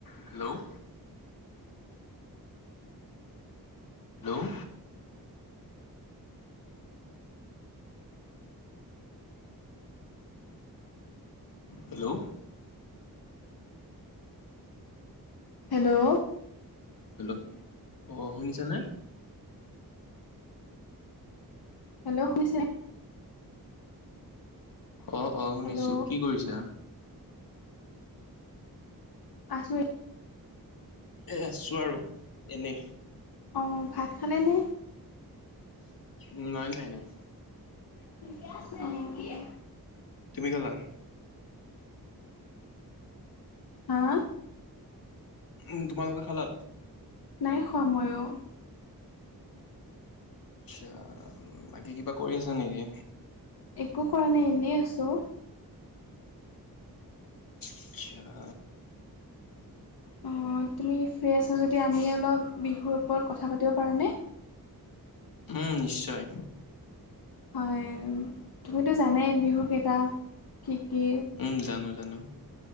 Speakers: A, on the left (about 65°); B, on the left (about 80°).
A: Hello hello hello
B: hello
A: hello অ শুনিছানে
B: hello শুনিছেনে
A: অ অ শুনিছো
B: হেল্ল'
A: কি কৰিছা
B: আছো এ
A: এ আছো আৰু এনে
B: অ ভাত খালেনে
A: উ নাই নাই নাই
B: ঠিকে আছে নেকি অ
A: তুমি খালা
B: হা
A: উম তোমালোকে খালা
B: এ সময়ো
A: আচ্ছা বাকী কিবা কৰি আছা নিকি
B: একো কৰা নাই এনে আছোঁ
A: আচ্ছা
B: অঁ তুমি ফ্ৰি আছা যদি আমি অলপ বিহুৰ ওপৰত কথা পাতিব পাৰোঁনে
A: উম নিশ্চয়
B: হয় তুমিতো জানাই বিহু কেইটা কি কি
A: উম জানো জানো